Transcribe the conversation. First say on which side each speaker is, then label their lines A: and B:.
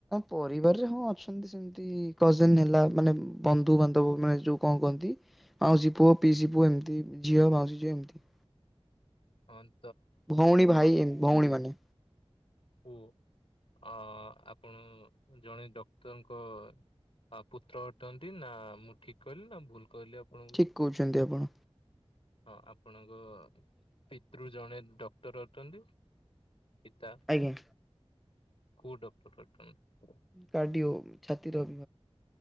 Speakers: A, in the centre; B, on the left (about 60°).
A: ପରିବାରରେ ହଁ ଅଛନ୍ତି ସେମିତି କଜନ ହେଲା ମାନେ ବନ୍ଧୁ ବାନ୍ଧବ ମାନେ ଯୋଉ କଣ କହନ୍ତି। ମାଉସୀ ପୁଅ ପିଇସି ପୁଅ ଏମିତି ଝିଅ ମାଉସୀ ଯେମିତି
B: ହନ୍
A: ଭଉଣୀ ଭାଇ ଏମ୍ ଭଉଣୀମାନେ
B: ହୁ ଅ ଆପଣ ଜଣେ ଡକ୍ଟରଙ୍କ ଆଉ ପୁତ୍ର ଅଟନ୍ତି। ନା ମୁଁ ଠିକ କହିଲି ନା ଭୁଲ କହିଲି ଆପଣଙ୍କୁ
A: ଠିକ କହୁଛନ୍ତି ଆପଣ।
B: ହଁ ଆପଣଙ୍କ ପିତୃ ଜଣେ ଡକ୍ଟର ଅଟନ୍ତି? ପିତା
A: ଆଜ୍ଞା।
B: କୋଉ ଡକ୍ଟର ଅଟନ୍ତି?
A: କାର୍ଡିଓ। ଛାତିର